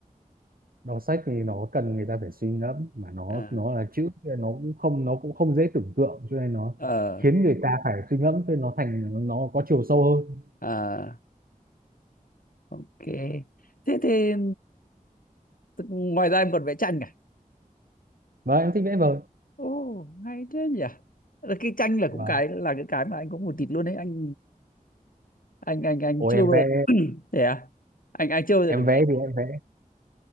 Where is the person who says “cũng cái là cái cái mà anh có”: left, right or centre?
Left